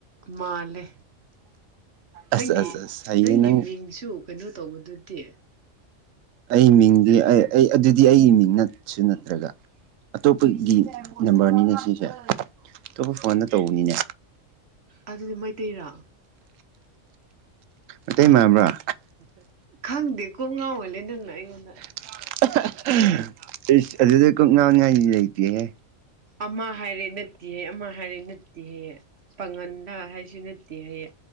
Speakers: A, on the right; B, on the right.
A: ꯃꯥꯜꯂꯦ
B: ꯑꯁ
A: ꯅꯪꯒꯤ
B: ꯑꯁ ꯑꯁ ꯍꯩꯌꯦ
A: ꯅꯪꯒꯤ
B: ꯅꯪ
A: ꯃꯤꯡꯁꯨ ꯀꯩꯅꯣ ꯇꯧꯕꯗꯨꯗꯤ
B: ꯑꯩ ꯃꯤꯡꯗꯤ ꯑꯩ ꯑꯗꯨꯗꯤ ꯑꯩꯒꯤ ꯃꯤꯡ ꯅꯠꯁꯨ ꯅꯠꯇ꯭ꯔꯒ ꯑꯇꯣꯞꯄꯒꯤ ꯅꯝꯕꯔꯅꯤꯅꯦ ꯁꯤꯁꯦ ꯑꯇꯣꯞꯄ ꯐꯣꯟꯗ ꯇꯧꯕꯅꯤꯅꯦ
A: ꯑꯗꯨꯗꯤ ꯃꯩꯇꯩꯔꯣ
B: ꯑꯇꯩ ꯃꯥꯟꯕ꯭ꯔꯥ
A: ꯈꯪꯗꯦ ꯀꯣꯛ ꯉꯥꯎꯍꯜꯂꯦ ꯅꯪꯅ ꯑꯩꯉꯣꯟꯗ
B: <unintelligible> ꯏꯁ ꯑꯗꯨꯗ ꯀꯣꯛ ꯉꯥꯎꯅꯤꯉꯥꯏ ꯂꯩꯇꯦꯍꯦ
A: ꯑꯃ ꯍꯥꯏꯔꯦ ꯅꯠꯇꯦ ꯍꯥꯏ ꯑꯃ ꯍꯥꯏꯔꯦ ꯅꯠꯇꯦ ꯍꯥꯏꯌꯦ ꯄꯥꯉꯟꯂ ꯍꯥꯏꯁꯨ ꯅꯠꯇꯦ ꯍꯥꯏꯌꯦ